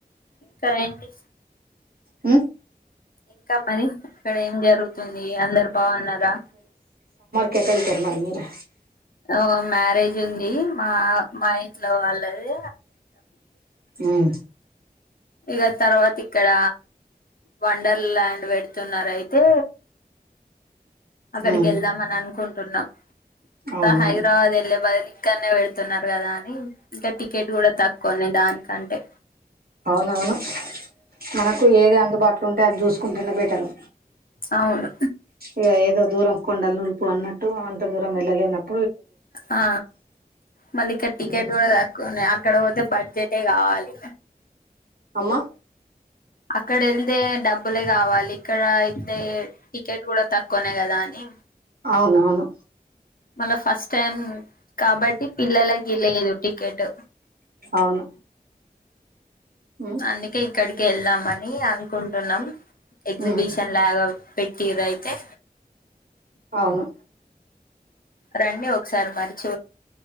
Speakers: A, on the left; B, on the right.
A: ఇంకా ఏంటి
B: హమ్
A: ఇంకా మరి ఇక్కడ ఏం జరుగుతుంది అందరు బాగున్నారా
B: కేటాన్కర్ మ మీరా
A: ఓ మ్యారేజ్ ఉంది మా మా ఇంట్లో వాళ్ళది
B: ఉమ్
A: ఇక తర్వాత ఇక్కడ వండర్ ల్యాండ్ పెడుతున్నారు అయితే అక్కడికి
B: ఉమ్
A: వెళ్దాం అని అనుకుంటా ఉనమ్ ఇంత
B: అవునా
A: హైదరాబాద్ ఎల్ బ ఇక్కనే వెళతున్నారు కదా అని ఇంకా టికెట్ కూడా తక్కువయి దానికంటే
B: అవున అవును మనకు ఏది అందుబాటులో ఉంటే అది చూసుకుంటేనే బెటర్
A: అవును
B: ఇ ఏదో దూరం కొండాలి నులుపు అన్నట్టు అంత దూరం వెళ్ళలేనప్పు
A: ఆ మల్ల ఇక్కడ టికెట్
B: ఉమ్,
A: కూడా తక్కువన్నాయి అక్కడ వోతే బ డ్జెటే కావాలి
B: అమ్మా
A: అక్కడ ఎళ్తే డబ్బులే కావాలి ఇక్కడ అయితే టికెట్ కూడా తక్కువనే కదా అని
B: అవునవును
A: మల్ల ఫస్ట్ టైమ్ కాబట్టి పిల్లలకి లేదు టికెట్
B: అవును ఉమ్
A: అందుకే ఇక్కడికి ఎల్దామ నీ అను కుంటున్నాం ఎగ్జిబిషన్
B: ఉమ్,
A: లాగా పె ట్టీరు అయితే
B: అవును
A: రండి ఒకసారి మరి చ్